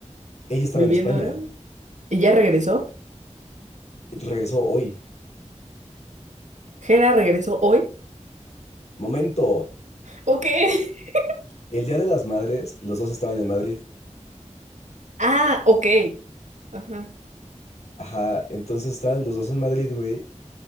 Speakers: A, on the left; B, on the right.
A: Ella estaba
B: viviendo?
A: en España.
B: eh? ¿Y ya regresó?
A: Regresó hoy.
B: ¿Jera regresó hoy?
A: Momento.
B: Ok. <laughs>
A: El Día de las Madres, los dos estaban en Madrid.
B: Ah, ok. Ajá.
A: Ajá, entonces estaban los dos en Madrid, güey.